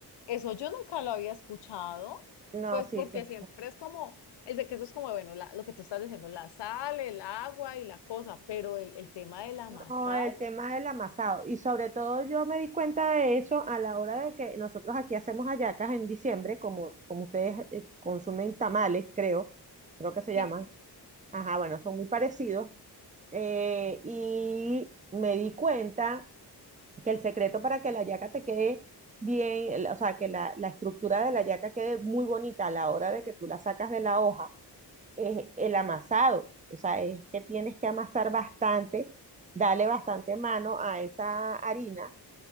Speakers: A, on the left; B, on the right.
A: Eso yo nunca lo había escuchado,
B: No,
A: pues
B: sí,
A: porque
B: ese.
A: siempre es como, el de que eso es como, bueno, la- lo que tú estás diciendo, la sal, el agua y la cosa, pero el, el tema del amasado,
B: No, el tema del amasado. Y sobre todo yo me di cuenta de eso a la hora de que nosotros aquí hacemos hallacas en diciembre, como, como ustedes eh, consumen tamales, creo, creo que se llaman.
A: sí, sí, sí,
B: Ajá, bueno, son muy parecidos. Eh, y me di cuenta que el secreto para que la hallaca te quede bien, el- o sea, que la, la estructura de la hallaca quede muy bonita a la hora de que tú la sacas de la hoja es el amasado. O sea, es que tienes que amasar bastante, darle bastante mano a esa harina.